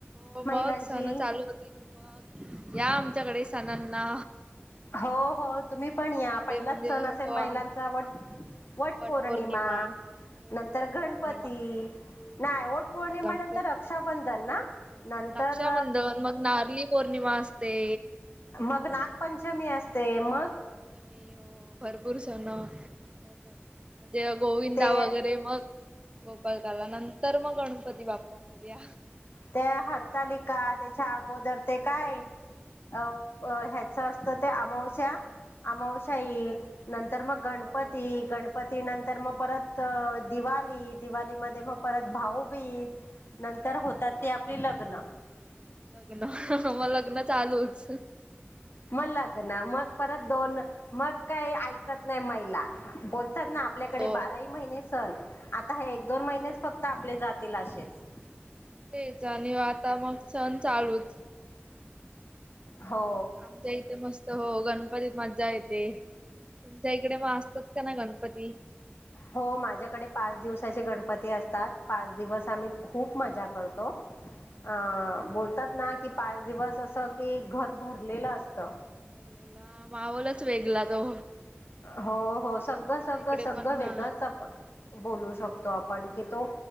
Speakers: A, on the right; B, on the left.
A: हो मग
B: महिलांची.
A: सण चालू होतील मग या आमच्याकडे सणांना.
B: हो हो तुम्ही पण या
A: इथे
B: पहिलाच
A: म्हणजे
B: सण असेल
A: हो
B: महिलांचा
A: आम
B: वट वट
A: हो वटपौर्णिमा
B: पौर्णिमा
A: हो
B: नंतर
A: वटपौर्णिमा
B: गणपती. नाही
A: गणपती
B: वट पौर्णिमा
A: गणपत
B: नंतर रक्षाबंधन ना. नंतर
A: रक्षाबंधन मग नारली पौर्णिमा असते.
B: मग नागपंचमी असते मग.
A: मी हो भरपूर सण मग म्हणजे गोविंदा
B: ते
A: वगैरे मग. गोपालकाला नंतर मग गणपती बाप्पा. मोरया.
B: त्या हरताली का त्याच्या अगोदर ते काय. अ ह्याच असत ते अमावस्या अमावस्या.
A: अमावस्या
B: <unintelligible> नंतर मग गणपती
A: हो
B: गणपती नंतर मग परत दिवाली दिवाली
A: दिवाळी
B: मध्ये मग परत भाऊबीज नंतर
A: भाऊबीज
B: होतात ते
A: सगळं
B: आपली लग्न.
A: लग्न ह म लग्न चालूच.
B: मग लग्न मग परत दोन मग काही ऐकत नाही महिला बोल. त्याना
A: हो
B: आपल्याकडे बारा ह महिने सण आता हे एक दोन
A: हो
B: महिनेच फक्त आपले जातात. जातिला अशेच.
A: तेच आणि आता मग सण चालूच.
B: हो
A: मग आमच्या इथे मस्त हो गणपतीत मज्जा येते. तुमच्या इकडे मग असतात का नई गणपती?
B: हो माझ्याकडे पाच गणपती असतात पाच दिवस आम्ही खूप मजा करतो. अं, बोलतात ना कि पाच दिवस असं कि घर भरलेलं असतं.
A: भरलेला माहोलच वेगला तो.
B: हो हो, सगळं
A: आमच्या
B: सगळं
A: इकडे
B: सगळं
A: पण
B: वेगळंच
A: हा
B: आपण बोलू शकतो आपण. पण की तो